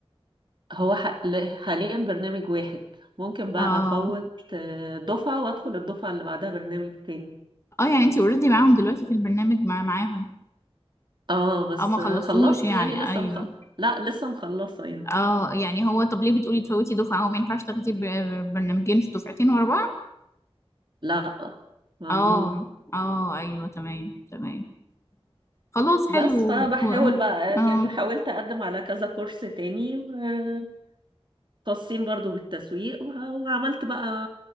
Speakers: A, on the right (about 50°); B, on the left (about 25°).
A: هو ح- ل- حاليا برنامج واحد ممكن بقى
B: اه
A: افوت آه، دفعة وادخل الدفعة اللي بعدها برنامج تاني
B: اه يعني انت اوريدي معاهم دلوقتي في البرنامج مع معاهم
A: اه بس
B: اه ما خلصتوهوش
A: آه، خلصت
B: يعني
A: يعني لسه
B: ايوه
A: مخلص لا لسه مخلصة يعني
B: اه يعني هو طب ليه بتقولي تفوتي دفعة هو ما ينفعش تاخدي ب- برنامجين في دفعتين ورا بعض
A: لا ممنوع
B: اه اه ايوه تمام تمام خلاص حلو
A: بس فبحاول
B: هو-
A: بقى آه،
B: اه
A: يعني حاولت اقدم على كذا كورس تاني آه، خاصين برضو بالتسويق وع- وعملت بقى